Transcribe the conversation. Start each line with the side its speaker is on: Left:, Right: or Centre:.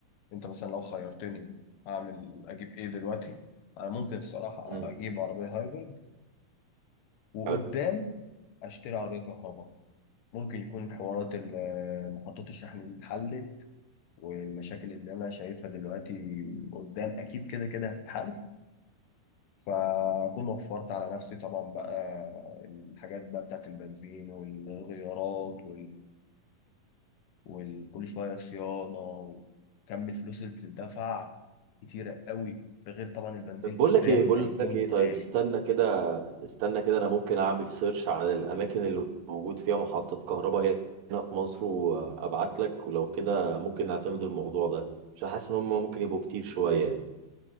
Left: انت مثلا لو خيرتني اعمل اجيب ايه دلوقتي انا ممكن الصراحة
Right: مم.
Left: اجيب عربية هايبرد وقدام
Right: حلو.
Left: اشتري عربية كهرباء ممكن يكون حوارات ال- محطات الشحن دي اتحلت والمشاكل اللي انا شايفها دلوقتي قدام اكيد كده كده هتتحل فاكون وفرت على نفسي طبعا بقى الحاجات بقى بتاعت البنزين والغيارات وكل شوية صيانة وكم الفلوس اللي بتدفع كتيرة قوي ده غير طبعا البنزين
Right: طب بقول
Left: قدام
Right: لك ايه بقول
Left: هيكون
Right: لك ايه طيب
Left: غالي
Right: استنى كده استنى كده انا ممكن اعمل سيرش على الاماكن اللي موجود فيها محطات كهرباء هنا في مصر وابعت لك ولو كده ممكن نعتمد الموضوع ده عشان حاسس ان هم ممكن يبقوا كتير شويه يعني